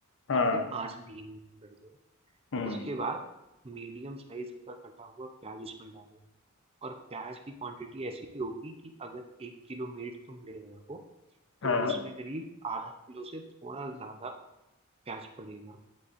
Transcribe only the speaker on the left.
हाँ
हम्म
हाँ